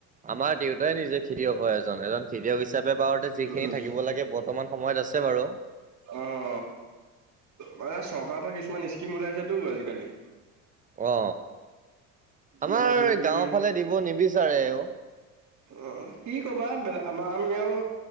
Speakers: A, on the right; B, on the right.
A: আমাৰ দেউতাই নিজে খেতিয়ক হয় এজন এজন খেতিয়ক হিচাপে বাৰতে যিখিনি
B: উম,
A: থাকিব লাগে বৰ্তমাণ সময়ত। <unintelligible> আছে বাৰু।
B: অ।
A: <unintelligible> <inaudible>
B: মান চৰকাৰৰ পৰা কিছুমান স্কিম ওলাইছেতো আজিকালি।
A: অ, আমাৰ
B: মানে কিবা কিবি
A: গাঁওৰ ফালে দিব নিবিচাৰেও।
B: অ কি কবা বা আমাৰ আমি আৰু